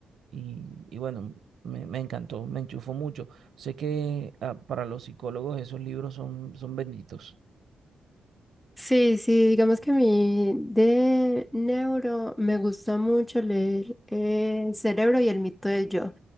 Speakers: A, on the right; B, in the centre.
A: y, y bueno, me, me encantó, me enchufó mucho. Sé que ah, para los psicólogos esos libros son, son benditos.
B: Sí, sí, digamos que a mí de neuro me gusta mucho leer eh, El cerebro y el mito del yo.